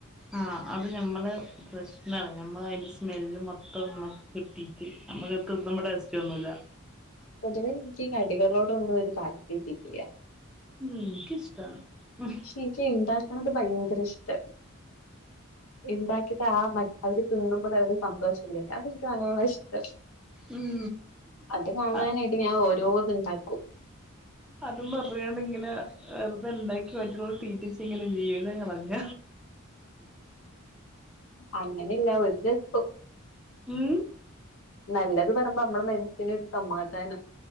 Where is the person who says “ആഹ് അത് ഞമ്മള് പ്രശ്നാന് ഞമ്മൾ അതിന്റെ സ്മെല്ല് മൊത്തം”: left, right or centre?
Centre